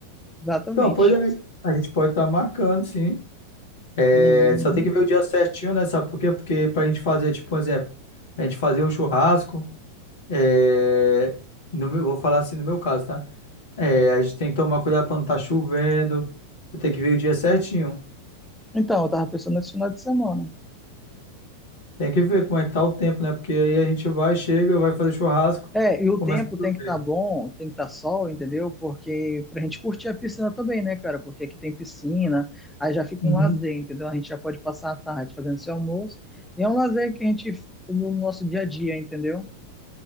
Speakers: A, in the centre; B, on the left.
A: exatamente.
B: Então, pois é, a gente pode estar marcando, sim. É,
A: Uhum.
B: só tem que ver o dia certinho, né? Sabe por quê? Porque pra gente fazer, tipo, um exemplo, a gente fazer um churrasco, é, no meu- vou falar assim no meu caso, tá? É, a gente tem que tomar cuidado pra não estar chovendo, tem que ver o dia certinho.
A: Então, eu tava pensando nesse final de semana.
B: Tem que ver como é que tá o tempo, né? Porque aí a gente vai, chega, vai fazer churrasco,
A: É, e o
B: começa
A: tempo
B: a
A: tem
B: chover.
A: que estar bom, tem que estar sol, entendeu? Porque pra gente curtir a piscina também, né, cara? Porque aqui tem piscina, aí já fica
B: Uhum.
A: um lazer, entendeu? A gente já pode passar a tarde fazendo seu almoço. E é um lazer que a gente, no nosso dia a dia, entendeu?